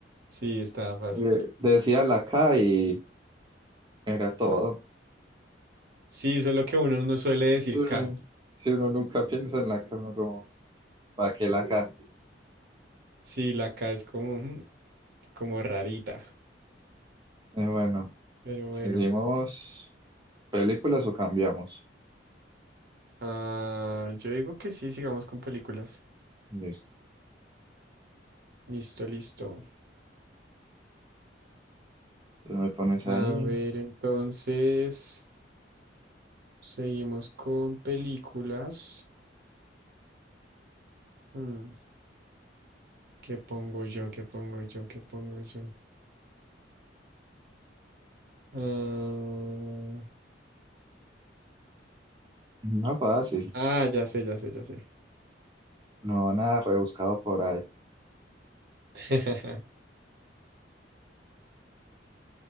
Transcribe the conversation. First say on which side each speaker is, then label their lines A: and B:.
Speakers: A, on the right; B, on the right.
A: Sí, estaba fácil.
B: Eh, Decía la K y era todo.
A: Sí, solo que uno no suele decir
B: Sí,
A: K.
B: si uno nunca piensa en la cama, como, ¿para qué la cama?
A: Sí, la K es como, mm, como rarita.
B: Eh, bueno,
A: Pero
B: ¿seguimos
A: bueno.
B: películas o cambiamos?
A: Ah, yo digo que sí, sigamos con películas.
B: Listo.
A: Listo, listo.
B: Entonces me pones
A: A
B: ahí.
A: ver, entonces, seguimos con películas. Mm. ¿Qué pongo yo? ¿Qué pongo yo? ¿Qué pongo yo? ah,
B: No fácil,
A: ah, ya sé, ya sé, ya sé.
B: no nada rebuscado por ahí.
A: <laughs>